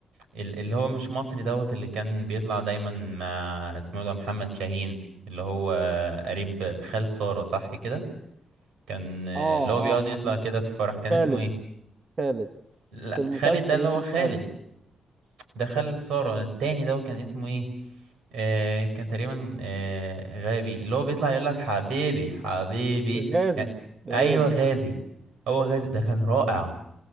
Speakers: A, on the right; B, on the right.
A: ال- اللي هو مش مصري دوت اللي كان بيطلع دايما مع اسمه إيه ده محمد شاهين اللي هو قريب خال سارة صح كده كان اللي
B: اه
A: هو بيقعد
B: اه اه
A: يطلع كده في فرح كان
B: خالد
A: اسمه ايه
B: خالد
A: لا
B: في المسلسل
A: خالد ده اللي
B: اسمه
A: هو خالد
B: خالد
A: ده خال سارة التاني ده كان اسمه ايه آه كان تقريبا آه غابي اللي هو بيطلع يقول لك حبيبي حبيبي
B: غازي
A: يعني ايوه
B: غازي
A: غازي هو غازي ده كان رائع